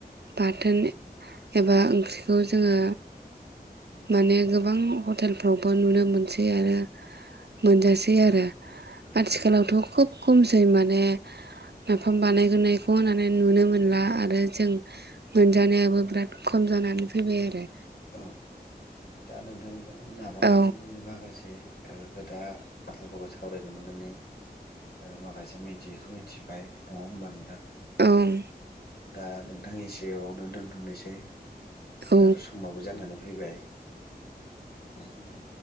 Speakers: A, on the right (about 80°); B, on the left (about 70°).
A: बाथोन एबा ओंख्रिखौ जोङो माने गोबां हटेलफ्राव बो नुनो मोनसै आरो मोनजासै आरो आथिखालावथ' खोब खमसै माने नाफाम बानायग्रोनायखौ होननानै नुनो मोनला आरो जों मोनजानायाबो बिराद खम जानानै फैबाय आरो
B: औ दा नोंथांजों नाफाम
A: औ
B: बानायनायनि माखासे ओ खोथा बाथ्राफोरखौ सावरायनो मोननानै ओ माखासे मिथियैखौ मिथिबाय नङा होमबा नोंथां
A: औ
B: दा नोंथां एसेवनो दोनथ'नोसै
A: औ
B: दाथ' समाबो जानानै फैबाय औ दे